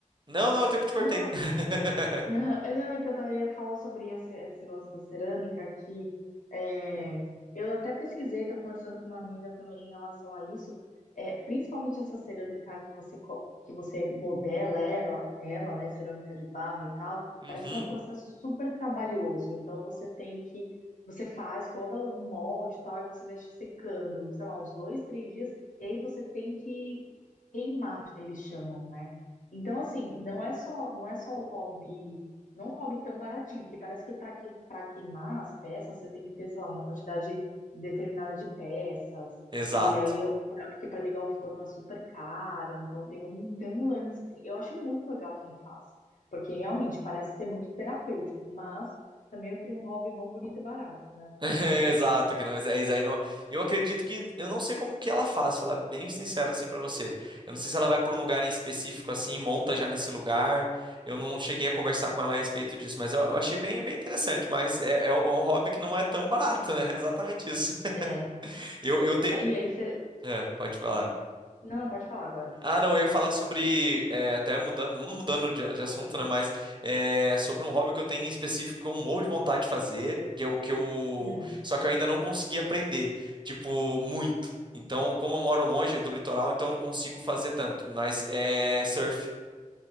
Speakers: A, on the right (about 35°); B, on the left (about 70°).
A: Não, não, eu te te cortei.
B: Não,
A: <laughs>
B: Não, não, é que eu tava- ia falar sobre esse, esse lance da cerâmica que é, eu até pesquisei, estava conversando com uma amiga também em relação a isso, é, principalmente essa cerâmica que você, co- que você modela ela, ela, né, cerâmica de barro e tal,
A: Uhum,
B: parece que é um processo super trabalhoso, então você tem que, você faz todo o molde e tal, e você deixa secando, sei lá, uns dois, três dias, e aí você tem que queimar, eles chamam, né? Então, assim, não é só, não é só o hobby, não é um hobby tão baratinho, que parece que para que, para queimar as peças você tem que ter, sei lá, uma quantidade determinada de peças.
A: exato.
B: E aí, eu- pra- porque para ligar o forno é super caro, então tem um, tem um lance, assim. Eu acho muito legal quem faz, porque realmente parece ser muito terapêutico, mas também eu queria um hobby bom, bonito e barato, né?
A: <laughs> Exato, que não, isso aí não. Eu acredito que eu não sei como que ela faz, falar bem sincero assim pra você. Eu não sei se ela vai pra um lugar em específico assim, monta já nesse lugar. Eu não cheguei a conversar com ela a respeito disso, mas eu, eu achei bem, bem interessante. Mas é, é um é um hobby que não é tão barato, né? <laughs> Exatamente isso. <laughs>
B: É,
A: Eu,
B: exato.
A: eu tenho.
B: E aí você.
A: É, pode falar.
B: Não, pode falar agora você,
A: Ah,
B: por
A: não, eu ia
B: favor.
A: falar sobre, é, até mudando, não mudando de, de assunto, né, mas é, sobre um hobby que eu tenho em específico que eu morro de vontade de fazer, que é o que eu,
B: Hum.
A: só que eu ainda não consegui aprender, tipo, muito. Então, como eu moro longe do litoral, então eu não consigo fazer tanto, mas é surf.